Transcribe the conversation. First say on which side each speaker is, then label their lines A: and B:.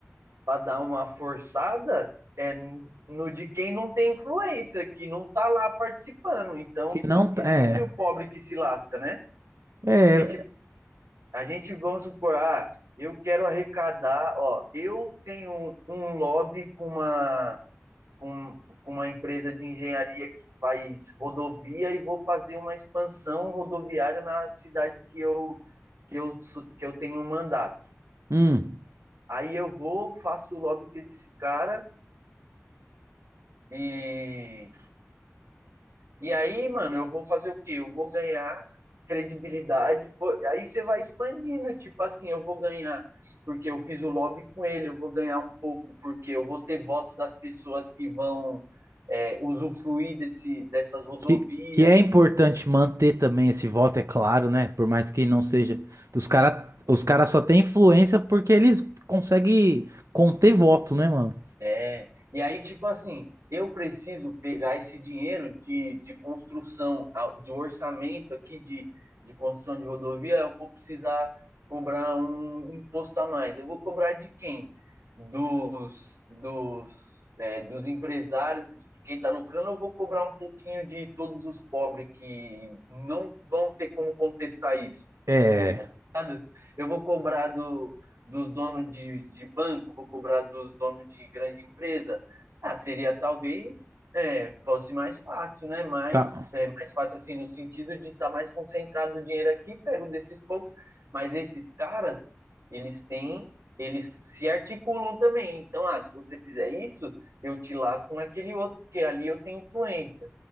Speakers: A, on the right; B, on the right.
A: pra dar uma forçada, é no de quem não tem influência, que não tá lá participando. Então,
B: Que não.
A: por isso que é
B: É.
A: sempre o pobre que se lasca, né?
B: É,
A: Porque, A gente, vamos supor, ah, eu quero arrecadar, ó, eu tenho um lobby com uma, com, com uma empresa de engenharia que faz rodovia e vou fazer uma expansão rodoviária na cidade que eu, que eu, que eu tenho um mandato.
B: Hum,
A: Aí eu vou, faço o lobby com esse cara e E aí, mano, eu vou fazer o quê? Eu vou ganhar credibilidade. vou- Aí você vai expandindo, tipo assim, eu vou ganhar porque eu fiz o lobby com ele, eu vou ganhar um pouco porque eu vou ter voto das pessoas que vão é, usufruir desse, dessas rodovias.
B: que, que é importante manter também esse voto, é claro, né? Por mais que não seja. Os cara, os cara só têm influência porque eles conseguem conter voto, né, mano?
A: É, e aí, tipo assim, eu preciso pegar esse dinheiro de, de construção, a- de orçamento aqui de, de construção de rodovia, eu vou precisar cobrar um imposto a mais. Eu vou cobrar de quem? Dos, dos, é, dos empresários, de quem está lucrando, eu vou cobrar um pouquinho de todos os pobres que não vão ter como contestar isso
B: É,
A: tá ligado? Eu vou cobrar do, dos donos de, de banco, vou cobrar dos donos de grande empresa. Ah, seria talvez é, fosse mais fácil, né? Mas
B: tá.
A: é, mais fácil assim no sentido de estar tá mais concentrado o dinheiro aqui, pego desses poucos. Mas esses caras, eles têm eles se articulam também. Então, ah, se você fizer isso, eu te lasco naquele outro, porque ali eu tenho influência.